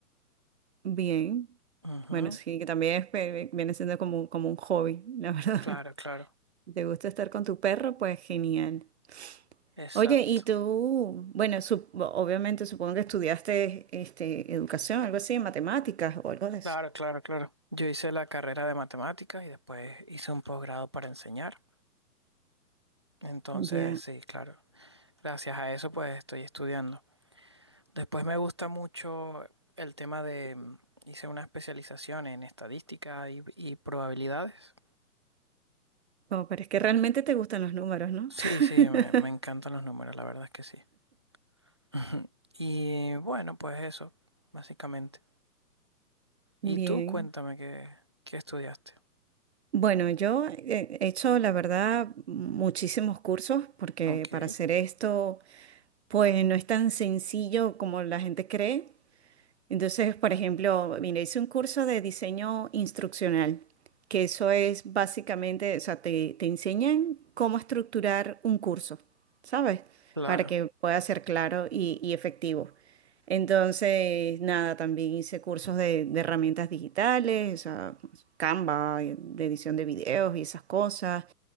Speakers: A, on the right; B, on the right.
A: bien.
B: Ujú,
A: Bueno, sí, que también es pe- viene siendo como, como un hobby, la verdad.
B: Claro, claro.
A: <laughs> ¿Te gusta estar con tu perro? Pues genial.
B: Exacto.
A: Oye, y tú, bueno, sup- obviamente supongo que estudiaste este, educación, algo así, matemáticas o algo de eso.
B: Claro, claro, claro. Yo hice la carrera de matemáticas y después hice un posgrado para enseñar. Entonces,
A: Ya,
B: sí, claro. Gracias a eso, pues estoy estudiando. Después me gusta mucho el tema de... mm, Hice una especialización en estadística y, y probabilidades.
A: Como, pero es que realmente te gustan los números, ¿no?
B: Sí,
A: <laughs>
B: sí, me, me encantan los números, la verdad es que sí. <laughs> Y bueno, pues eso, básicamente.
A: Bien.
B: Y tú cuéntame qué, qué estudiaste.
A: Bueno, yo eh, he hecho, la verdad, muchísimos cursos porque
B: Ok,
A: para hacer esto, pues no es tan sencillo como la gente cree. Entonces, por ejemplo, mira, hice un curso de diseño instruccional, que eso es básicamente, o sea, te, te enseñan cómo estructurar un curso, ¿sabes?
B: claro.
A: Para que pueda ser claro y, y efectivo. Entonces, nada, también hice cursos de, de herramientas digitales, o sea, Canva, eh, de edición de videos y esas cosas,